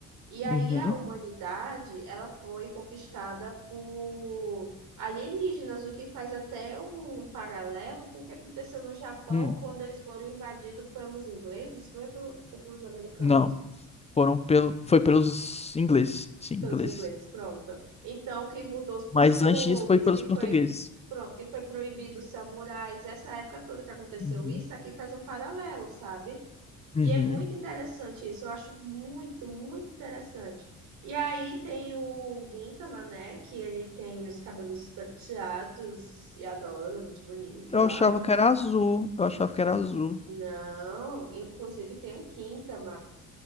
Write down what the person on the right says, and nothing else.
E aí
a humanidade, ela foi conquistada por alienígenas, o que faz até um paralelo com o que aconteceu no Japão
quando eles foram invadidos pelos ingleses, foi, pelo- foi pelos americanos,
pelos ingleses, pronto. Então, que mudou os costumes,
que foi,
pronto, que foi proibido os samurais, essa época toda que aconteceu
isso, aqui faz um paralelo, sabe?
E é muito interessante isso, eu acho muito, muito interessante. E aí tem o Gintama, né? Que ele tem os cabelos prateados e adoro, é muito bonito
lá.
Não, inclusive tem o Quintama.